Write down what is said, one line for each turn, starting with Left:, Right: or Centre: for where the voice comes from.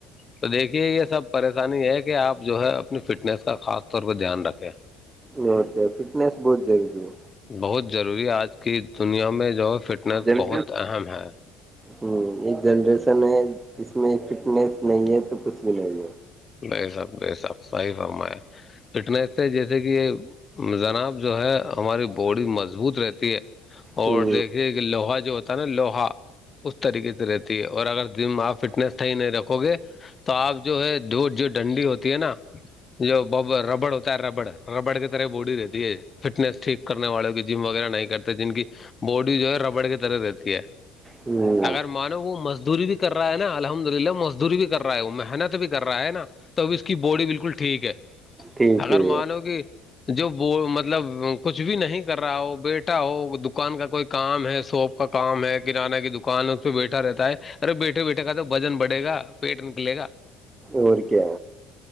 Left: تو دیکھیے یہ سب پریشانی ہے کہ آپ جو ہے اپنی فٹنیس کا خاص طور پہ دھیان رکھیں
Right: یہ ہوتا فٹنیس بہت جگی ہے
Left: بہت ضروری آج کی دنیا میں جو ہے فٹنس
Right: جن
Left: بہت
Right: سے
Left: اہم ہے
Right: ہوں ایک جنریشن ہے اس میں فٹنیس نہیں ہے تو کچھ بھی نہیں ہے
Left: نہیں سب بے سک ص ہی فم ہے فٹنیس سے جیسے کہ جناب جو ہے ہماری باڈی مضبوط رہتی ہے اور
Right: ہوں
Left: دیکھیے کہ لوہا جو ہوتا ہے نا لوہا اس طریقے سے رہتی ہے اور اگر جم آپ فٹنیس ص ہی نہیں رکھو گے تو آپ جو ہے جو جو ڈنڈی ہوتی ہے نا جو ب ربڑ ہوتا ہے ربڑ ربڑ کی طرح بوڈی رہ دیے فٹنس ٹھیک کرنے والوں کی جم وغیرہ نہیں کرتے جن کی باڈی جو ہے ربڑ کی طرح رہتی ہے
Right: ہوں
Left: اگر مانو وہ مزدوری بھی کر رہا ہے نا الحمد للہ مزدوری بھی کر رہا ہے وہ محنت بھی کر رہا ہے نا توب اس کی باڈی بالکل ٹھیک ہے
Right: ٹھیک
Left: اگر
Right: ہے
Left: مانو کہ جو ب مطلب کچھ بھی نہیں کر رہا ہو بیٹھا ہو دکان کا کوئی کام ہے سوپ کا کام ہے کانہ کی دکان ہے اس پہ بیٹھا رہتا ہے ارے بیٹھے بیٹھے کا تو وزن بڑے گا پیٹ نکلے گا
Right: ور کیا